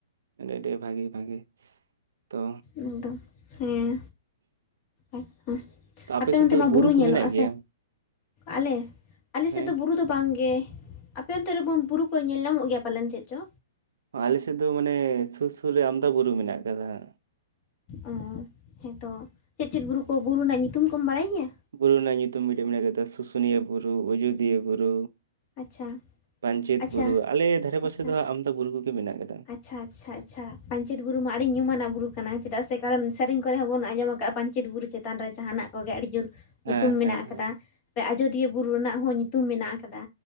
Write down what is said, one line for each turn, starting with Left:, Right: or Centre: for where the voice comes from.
Right: ᱟᱹᱰᱤ ᱟᱹᱰᱤ ᱵᱷᱟᱜᱤᱼᱵᱷᱟᱜᱤ ᱛᱚ
Left: ᱮᱠ ᱫᱚᱢ ᱦᱮᱸ ᱟᱪᱪᱷᱟ
Right: ᱛᱚ
Left: ᱟᱯᱮ
Right: ᱥᱮᱫ
Left: ᱚᱱᱛᱮ
Right: ᱫᱚ
Left: ᱢᱟ ᱵᱩᱨᱩ
Right: ᱠᱚ
Left: ᱧᱮᱞᱚᱜᱼᱟ
Right: ᱢᱮᱱᱟᱜ ᱜᱮᱭᱟ
Left: ᱥᱮ ᱟᱞᱮ ᱟᱞᱮ
Right: ᱦᱮᱸ
Left: ᱥᱮᱫ ᱫᱚ ᱵᱩᱨᱩ ᱫᱚ ᱵᱟᱝ ᱜᱮ ᱟᱯᱮ ᱚᱱᱛᱮ ᱨᱮ ᱵᱚᱱ ᱵᱩᱨᱩ ᱠᱚ ᱧᱮᱞ ᱧᱟᱢᱚᱜ ᱜᱮᱭᱟ ᱯᱟᱞᱮᱱ ᱪᱮᱫ ᱪᱚ
Right: ᱟᱞᱮ ᱥᱮᱫ ᱫᱚ ᱢᱟᱱᱮ ᱥᱩᱨ ᱥᱩᱨ ᱨᱮ ᱟᱢᱫᱟ ᱵᱩᱨᱩ ᱢᱮᱱᱟᱜ ᱟᱠᱟᱫᱟ ᱦᱟ
Left: ᱚ ᱦᱮᱸ ᱛᱚ ᱪᱮᱫ ᱪᱮᱫ ᱵᱩᱨᱩ ᱠᱚ ᱵᱩᱨᱩ ᱨᱮᱱᱟᱜ ᱧᱩᱛᱩᱢ ᱠᱚᱢ ᱵᱟᱲᱟᱭ ᱜᱮᱭᱟ
Right: ᱵᱩᱨᱩ ᱨᱮᱱᱟᱜ ᱧᱩᱛᱩᱢ ᱢᱤᱫᱴᱮᱱ ᱢᱮᱱᱟᱜ ᱠᱟᱫᱟ ᱥᱩᱥᱩᱱᱤᱭᱟᱹ ᱵᱩᱨᱩ ᱟᱡᱳᱫᱤᱭᱟᱹ ᱵᱩᱨᱩ
Left: ᱟᱪᱪᱷᱟ
Right: ᱯᱟᱧᱪᱤᱛ
Left: ᱟᱪᱪᱷᱟ
Right: ᱵᱩᱨᱩ ᱟᱞᱮ ᱫᱷᱟᱨᱮ
Left: ᱟᱪᱪᱷᱟ
Right: ᱯᱟᱥᱮ ᱫᱚ ᱦᱟᱸᱜ ᱟᱢᱫᱟ ᱵᱩᱨᱩ ᱠᱚᱜᱮ ᱢᱮᱱᱟᱜ ᱠᱟᱫᱟ
Left: ᱟᱪᱪᱷᱟ ᱟᱪᱪᱷᱟ ᱟᱪᱪᱷᱟ ᱯᱟᱧᱪᱤᱛ ᱵᱩᱨᱩ ᱢᱟ ᱟᱹᱰᱤ ᱧᱩᱢᱟᱱᱟᱜ ᱵᱩᱨᱩ ᱠᱟᱱᱟ ᱪᱮᱫᱟᱜ ᱥᱮ ᱠᱟᱨᱚᱱ ᱥᱮᱨᱮᱧ ᱠᱚᱨᱮ ᱦᱚᱸ ᱵᱚᱱ ᱟᱸᱡᱚᱢ ᱟᱠᱟᱜ ᱯᱟᱧᱤᱛ ᱵᱩᱨᱩ ᱪᱤᱛᱟᱸ <unintelligible> ᱪᱮᱛᱟᱱ ᱨᱮ ᱡᱟᱦᱟᱱᱟᱜ ᱠᱚ ᱜᱮ ᱟᱹᱰᱤ ᱡᱩᱨ
Right: ᱦᱮᱸ
Left: ᱧᱩᱛᱩᱢ ᱢᱮᱱᱟᱜ
Right: ᱦᱮᱸ
Left: ᱟᱠᱟᱫᱟ
Right: ᱦᱮᱸ
Left: ᱟᱡᱳᱫᱤᱭᱟᱹ ᱵᱩᱨᱩ ᱨᱮᱱᱟᱜ ᱦᱚᱸ ᱧᱩᱛᱩᱢ ᱢᱮᱱᱟᱜ ᱟᱠᱟᱫᱟ